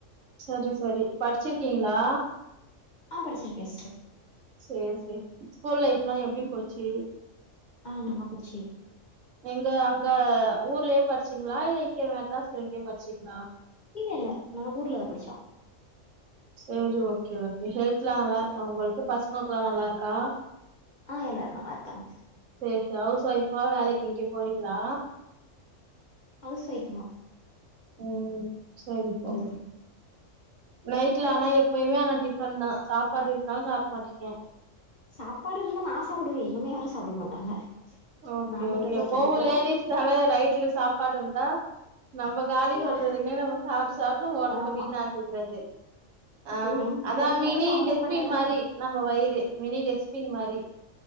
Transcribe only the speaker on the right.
சரி சரி படிச்சிருக்கீங்ளா
சேரி சேர் ஸ்கூல் லைஃப்லா எப்டி
போச்சி?
எங்க அங்க ஊர்லியே பட்ச்சிங்ளா இல்ல இங்க மெட்ராஸ்ல எங்யோ பட்ச்சிங்ளா?
சேரி ஓகே ஓகே. ஹெல்த்லா
நல்லார்க்கா உங்களுக்கு பசங்களுக்லா நல்லாருக்கா?
சேரி சே ஹவுஸ் ஒய்ஃப்ஃபா வேலைக்கு எங்யா போறிங்ளா?
ம் ம் சரி சரி
நைட்ல ஆனா எ ப்பிமே ஆனா டிஃபன் தா சாப்பாடு இருந்தாலு சாப்ட மாட்டிங்க?
ஓகே
ஓகே
எப்பவு
லேடிஸ் நாலே ரைட்ல சாப்பாடு இருந்தா நம்ப காலி
பண்றதுக்குனே நம்ப சாப்ட்டு சாப்ட்டு நம்ப ஒடம்ப
வீண் ஆக்கிக்கிறது. ஆ
அதா
மினி
டெஸ்பின்
மாரி நம்ப வயிறு மினி டெஸ் பின் மாரி